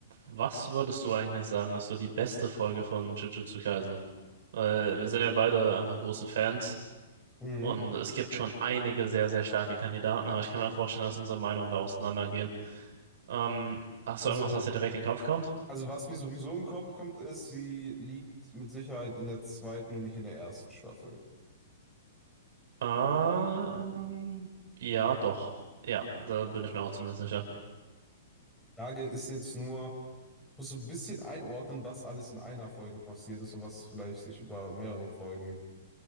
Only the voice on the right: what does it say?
Was würdest du eigentlich sagen, ist so die beste Folge von Jujutsu Kaisen? Weil wir sind ja beide einfach große Fans
und es gibt schon einige sehr, sehr starke Kandidaten, aber ich kann mir vorstellen, dass unsere Meinungen da auseinandergehen. Ähm, hast
du irgendwas, was dir direkt in den Kopf kommt?
Ähm, ja, doch. Ja, da bin ich mir auch zumindest sicher.